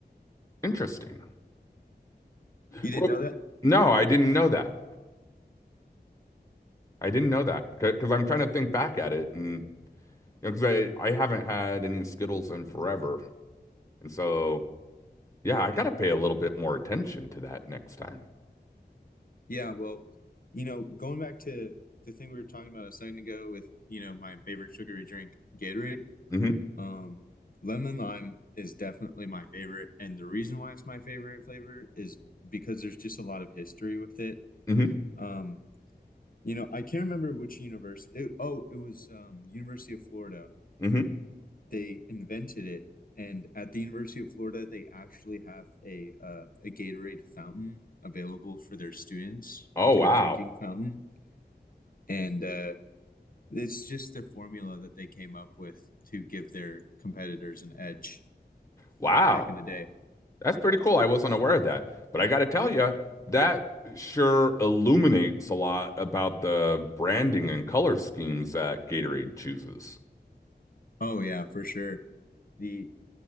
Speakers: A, on the left; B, on the left.
A: interesting.
B: You
A: Well,
B: didn't know that?
A: no, I didn't know that. I didn't know that because I'm trying to think back at it, and because I I haven't had any Skittles in forever, and so. Yeah, I gotta pay a little bit more attention to that next time.
B: Yeah, well, you know, going back to the thing we were talking about a second ago with, you know, my favorite sugary drink, Gatorade,
A: hmm
B: um, lemon lime is definitely my favorite. And the reason why it's my favorite flavor is because there's just a lot of history with it.
A: hmm
B: Um, you know, I can't remember which university. oh, it was um, University of Florida.
A: hmm
B: they invented it. And at the University of Florida, they actually have a uh, a Gatorade fountain available for their students.
A: Oh,
B: It's
A: wow.
B: like a drinking fountain, and uh, it's just the formula that they came up with to give their competitors an edge
A: Wow.
B: back in the day.
A: That's pretty cool. I wasn't aware of that. But I gotta tell you, that sure illuminates a lot about the branding and color schemes that Gatorade chooses.
B: Oh yeah, for sure. The